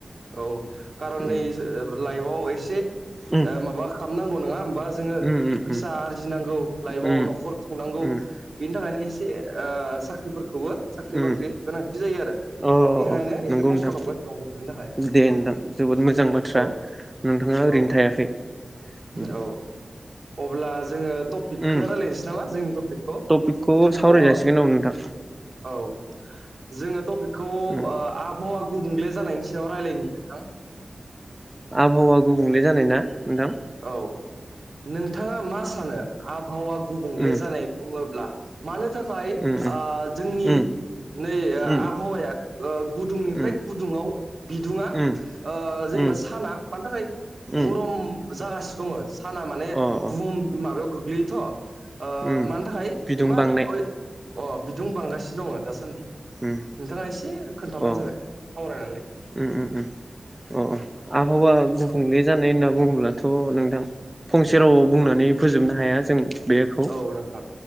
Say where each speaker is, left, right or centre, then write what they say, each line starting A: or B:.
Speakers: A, on the right; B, on the right.
A: औ कारन
B: उम
A: नै लाइफआव एसे
B: उम
A: माबा खालामनांगौ नङा बा जोङो
B: उम
A: फैसा
B: उम
A: आरजिनांगौ लाइफआव
B: उम
A: न'खर खुंनांगौ
B: उम
A: बिनि थाखायनो एसे ओ साख्रिफोर खौबो साख्रि
B: उम
A: बाख्रि गोनांथि जायो आरो
B: अ
A: बेनिखायनो
B: अ नंगौ
A: एसे खस्थ'
B: नोंथां
A: खालामगासिनो दं बेफोरनि थाखाय।
B: दे
A: औ
B: नोंथां जोबोद मोजां बाथ्रा
A: औ
B: नोंथाङा ओरैनो
A: औ
B: थायाखै। उम
A: औ अब्ला जोङो टपिकखौ
B: उम
A: रायजलायनोसै नामा जोंनि टपिकखौ
B: टपिकखौ सावराय
A: अब
B: जासिगोन औ नोंथां
A: औ जोङो टपिकखौ ओ
B: उम
A: आबहावा गुबुंले जानायनि सायाव रायलायनि नोंथां।
B: आबहावा गुबुंले जानाय ना? नोंथां
A: औ नोंथाङा मा सानो आबहावा गुबुंले
B: उम
A: जानाय बुङोब्ला? मानो थाखाय
B: उम
A: ओ जोंनि
B: उम
A: नै ओ
B: उम
A: आबहावाया ओ गुदुंनिफ्राय
B: उम
A: गुदुङाव बिदुङा
B: उम
A: ओ जे
B: उम
A: नेबा साना मानो थाखाय
B: उम
A: गरम जागासिनो दङ' साना माने
B: अ
A: बुहुम
B: अ
A: माबायाव गोग्लैयोथ' ओ
B: उम
A: मानो थाखाय
B: बिदुं
A: इमान
B: बांनाय
A: ओइ अ बिदुं बांगासिनो दंङ' दासान्दि
B: उम
A: नोंथाङा एसे खोन्थाबानो
B: अ
A: जाबाय सावरायनानै
B: उम उम उम अ अ आबहावा गुबुंले
A: औ
B: जानाय होनना बुङोब्ला थ' नोंथां फंसे रावाव बुंनानै
A: औ
B: फोजोबनो हाया जों बेखौ
A: औ नोंथां